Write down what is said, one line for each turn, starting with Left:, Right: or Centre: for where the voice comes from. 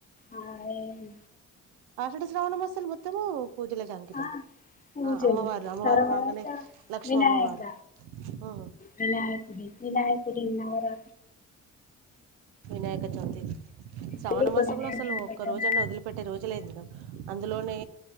Left: ఆహ్
Right: ఆషాఢ శ్రావణం లు మొత్తము పూజలకి అంకితం
Left: ఆ పూజలు
Right: ఆహ్ అమ్మవార్లు అమ్మవారు
Left: తర్వాత
Right: కంగనే లక్ష్మి
Left: వినాయక
Right: అమ్మవారు హా
Left: వినాయకుడి వినాయకుడి నవరాత్రులు
Right: వినాయకచవితి శ్రావణ
Left: మళ్ళీ
Right: మాసంలో
Left: కొన్ని
Right: అసలు
Left: నేను
Right: ఒక్క
Left: పెట్టడం
Right: రోజు అన్న వదిలిపెట్టే రోజు లేదు మేడం అందులోనే